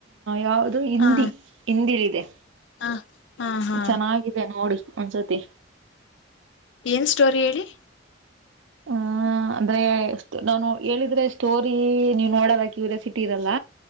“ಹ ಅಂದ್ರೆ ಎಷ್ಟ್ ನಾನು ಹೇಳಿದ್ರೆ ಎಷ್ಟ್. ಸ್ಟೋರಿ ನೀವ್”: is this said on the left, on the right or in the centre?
Right